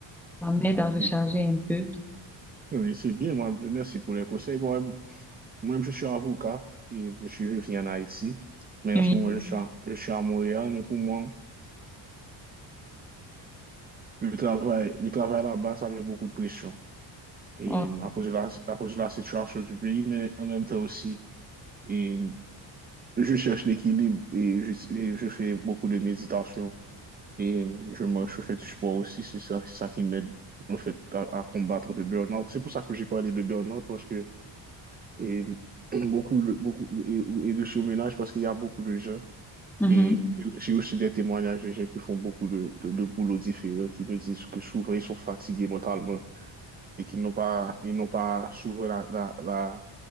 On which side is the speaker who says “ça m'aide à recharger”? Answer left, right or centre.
Centre